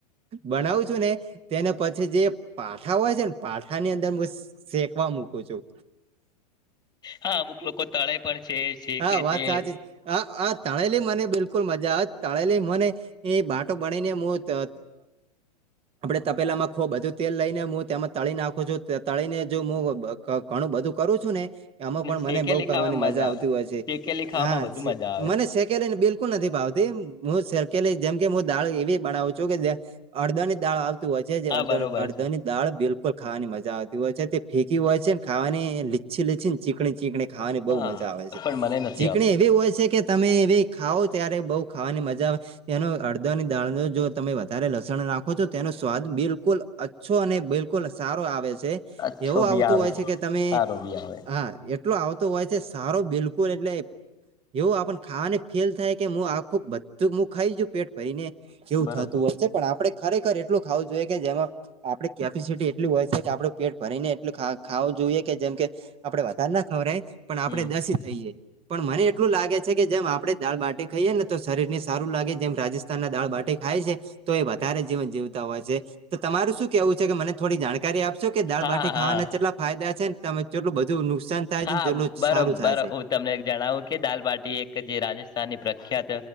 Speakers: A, on the right; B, on the left.
A: બનાવું છું ને તેને પછી જે પાઠા હોય છે ને પાઠાની અંદર શેકવા મૂકું છું.
B: હા અમુક લોકો તળે પણ છે શેકે
A: હા, વાત
B: છે
A: સાચ હ આ તણેલી મને બિલકુલ મજા આવે તણેલી મને એ બાટો બનાને એમ તો આપણે તપેલામાં ખૂબ બધું તેલ લઈને હું તેમાં તળી નાખું છું તળીને જો હુ ઘણું બધું કરું છુ ને આમાં પણ
B: શેકેલી
A: મને બઉ કરવાની
B: ખાવામાં
A: મજા આવતી
B: આવે
A: હોય છે,
B: શેકેલી ખાવામાં
A: હા
B: વધુ મજા આવે
A: મને સેડન્િલ નથીાવતી હુંેલી જેમ કે હું દાળ એવી બનાવું છું કે અડદાની દાળતી હ છે, જે
B: હા
A: અડધ
B: બરોબર
A: અડધા
B: છે
A: ની દાળ બિલકુલ ખાવાની મજા આવતી હોય છે તે ફેંકી હોય છેને, ખાવાની લીચ્છી લીચછી ને ચીકણી ચીકણી ખાવાની બહુ
B: હા
A: મજા આવે છે
B: પણ મને નથી
A: ચીકણી
B: આવતી
A: એવી હોય છે કે તમે એવી ખાવ ત્યારે બહુ ખાવાની મજા આવે એનો અડદા ની દાળ નો જો તમે વધારે લસણ નાખો છો તેનો સ્વાદ બિલકુલ અચ્છો અને બિલકુલ સારો આવે છે
B: અચ્છો
A: એવું
B: બી
A: આવતું
B: આવે
A: હોય છે, કે તમે
B: સારો બી આવે
A: હા એટલો આવતો હોય છે, સારો બિલકુલ એટલે એવું આપ ખાવાને ફેલ થાય કે હું આખું બધું હું ખાઈશુ પેટ ભાઈને એવું
B: બરોબર
A: થતું હોશે પણ આપડણે ખરેખર એટલું ખાવું જોઈએ કે જેમાં આપડે કેપેસિટી એટલી હોય છે, કે આપડું પેટ ભરીને એટલું ખાવું જોઈએ કે જેમ કે આપડે વધારે ના ખબર પણ
B: હમ
A: આપડણે દસી થઈએ પણ મને એટલું લાગે છે કે જેમ આપડે દાળ બાટી ખાઈએ ને તો શરીર ને સારું લાગે જેમ રાજસ્થ ના દાળ બાટી ખાય છે, તો એ વધારે જીવન જીવતા હોય છે. તો તમારું શું કેવું છે કે મને થોડી જાણકારી આપશે કે દાળ
B: હા
A: બાટી ખાવાના
B: હા
A: જેટલા ફાયદા છે ને તમેટલું બધું નુકસાન થાય
B: હા
A: છે ને જેટલું
B: બરો,
A: સારું થાય
B: બરો
A: છે
B: તમને જણાવું કે દાલબાટી એક જે રાજસ્થાનની પ્રખ્યાત